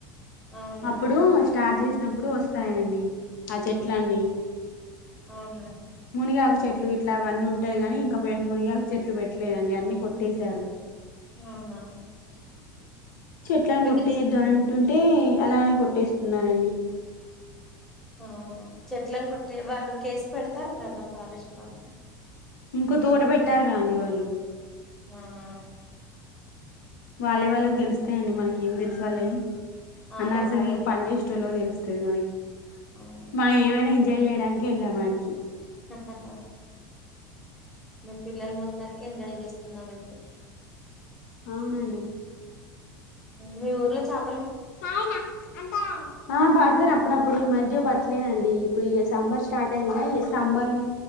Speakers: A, in the centre; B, on the left.
A: అవునా
B: అప్పుడు స్టార్ట్ చేసినప్పుడు వస్తాయండి ఆ చెట్లన్ని
A: ఆహా
B: మునిగాక చెట్లు ఇట్లా అవన్నీ ఉంటాయి గాని ఇంకా మునిగాక చెట్లు పెట్టలేదండి అన్ని కొట్టేశారు
A: అవునా
B: చెట్లను
A: మీకు
B: కొట్టేయొద్దు అనంటుంటే అలానే కొట్టేస్తున్నారండి
A: <unintelligible> అవును చెట్లను కొట్టే వాళ్ళు కేసు పెడతారు కదా ఫారెస్ట్ వాళ్ల్ళు
B: ఇంకో తోట పెట్టారు కదండి వాళ్ళు
A: ఆహా
B: వాళ్ళే వాళ్ళకి తెలుస్తాయండి మనకి ఏం తెలుసు వాళ్ళవి
A: అవును
B: ఆ నర్సరీ
A: వరలు
B: లో పని చేసేటోళ్ళకి తెలుస్తా మనకి
A: అవును
B: మనం ఏమైనా ఎంజాయ్ చేయడానికి వెళ్ళామ వాడికి
A: హహ మీ పిల్లలు మొత్తానికి ఎంజాయ్ చేస్త నీరేదైతే
B: అవునండి
A: మీ ఊర్లో చాలా
B: హాయ్ అన్న పడతారు అప్పుడప్పుడు ఈ మధ్య పడుత లేదండి ఇప్పుడు ఇక సంబర్ స్టార్ట్ అయింది సంబర్